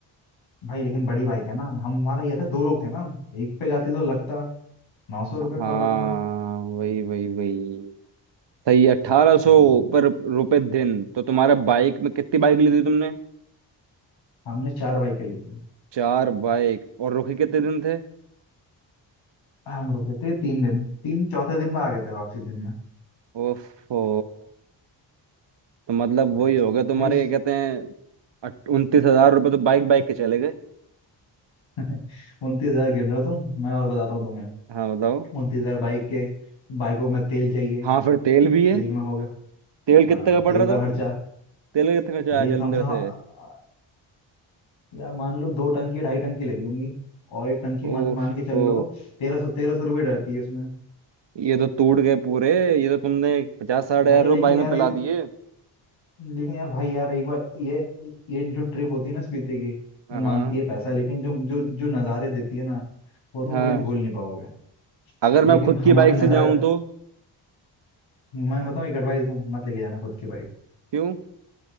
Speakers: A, on the left; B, on the right.
A: भाई लेकिन बड़ी बाइक है ना हम हमारा ये था दो लोग थे ना हम एक पे जाती तो लगता नौ सौ रुपये
B: हाँ
A: पर बंदा
B: वही वही वही सही अट्ठारह सौ
A: हाँ,
B: पर रुपए दिन तो तुम्हारा बाइक में कितनी बाइक ली थी तुमने
A: हमने चार बाइक लिए थे
B: चार बाइक और रुके कितने दिन थे
A: हम रुके थे तीन दिन तीन चौथे दिन में आ गए थे वापसी दिन में
B: ओफो तो मतलब
A: अरे
B: वही हो गया तुम्हारे
A: भाई
B: क्या कहते हैं उनतीस हजार रुपये तो बाइक बाइक के चले गए
A: <laughs> उनतीस हजार गिन रहे हो तुम मैं और बताता हूँ तुम्हें
B: हाँ बताओ
A: उनतीस हजार बाइक के बाइकों में तेल चाहिए
B: हाँ फिर तेल भी है
A: तेल में हो गया
B: तेल कितने
A: हाँ
B: का पड़
A: तेल
B: रहा
A: का
B: था
A: खर्चा
B: तेल का कितना खर्चा
A: तेल
B: आया जलंधर
A: कम से कम
B: से
A: यार मान लो दो टंकी या ढाई टंकी लगी होंगी और एक टंकी
B: ओहो
A: मान मान के चल लो तेरह सौ तेरह सौ रुपये डरती है उसमें
B: ये तो टूट गए पूरे ये तो तुमने पचास साठ हजार
A: भाई
B: रुपये
A: लेकिन
B: बाइक में
A: यार
B: पिला
A: ये तो
B: दिए
A: लेकिन यार भाई यार एक बार ये ये जो ट्रिप होती है ना स्पीति की
B: हाँ
A: ये
B: हाँ
A: मांगती है पैसा लेकिन जो जो जो नज़ारे देती है ना वो तुम
B: हाँ।
A: कभी भूल नहीं पाओगे
B: अगर
A: लेकिन
B: मैं खुद
A: हमारे
B: की बाइक
A: नज़ारे
B: से जाऊं तो
A: मैं बताऊँ एक एडवाइस दूं मत लेके जाना खुद की बाइक
B: क्यों